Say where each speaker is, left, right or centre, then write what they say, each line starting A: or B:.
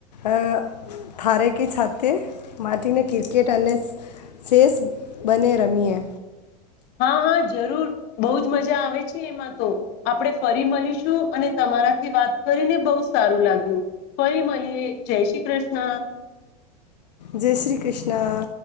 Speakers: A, on the left; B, on the left.
A: અ થારેકી છાતે માટીને કિર્કેટ અને શેસ બને રમીએ.
B: હા હા જરૂર બહુ જ મજા આવે છે એમાં તો આપણે ફરી મલીશું અને તમારાથી વાત કરીને બહુ સારું લાગ્યું ફરી મલીએ જય શ્રી ક્રષ્ન.
A: જય શ્રી ક્રિષ્ના.